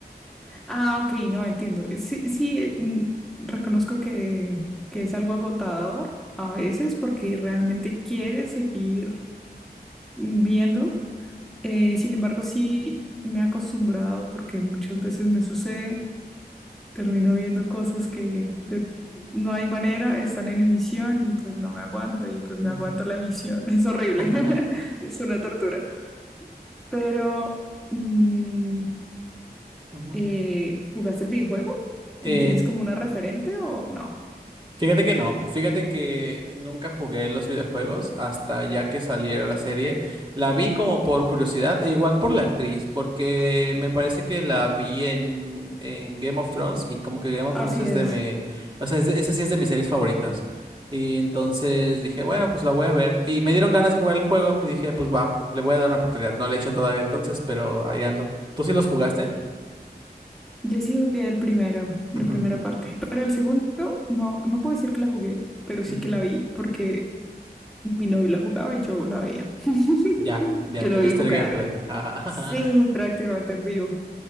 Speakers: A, in the centre; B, on the right.
A: Ah, ok, no entiendo. Eh, Sí, sí, eh, mm, reconozco que, que es algo agotador a veces porque realmente quieres seguir viendo. Eh, sin embargo, sí me he acostumbrado porque muchas veces me sucede, termino viendo cosas que de- no hay manera, están en emisión y pues no me aguanto y pues me
B: Ujú,
A: aguanto la emisión. <laughs> Es horrible,
B: <laughs>
A: <laughs> es una tortura. Pero... mm,
B: ujú.
A: Eh, ¿jugaste el videojuego? ¿Y
B: Eh,
A: tienes como una referente o no?
B: Fíjate que no, fíjate que nunca jugué los videojuegos hasta ya que saliera la serie. La vi como por curiosidad e igual por la actriz, porque me parece que la vi en, en Game of Thrones y como que Game of
A: Así
B: Thrones es
A: es.
B: de mi, o sea, es de- esa sí es de mis series favoritas. Y entonces dije, bueno, pues la voy a ver. Y me dieron ganas de jugar el juego y dije, pues va, le voy a dar una oportunidad. No le he hecho todavía entonces, pero ahí ando. ¿Tú sí los jugaste?
A: Yo sí jugué el primero, la
B: Ujú,
A: primera parte, pero el segundo no, no puedo decir que la jugué, pero sí
B: ujú.
A: que la vi porque mi novio la jugaba y yo la veía. <laughs>
B: Ya, ya,
A: Yo
B: te
A: lo veía
B: viste
A: jugar.
B: el gameplay. Ajá.
A: Sí,
B: <laughs>
A: prácticamente en vivo.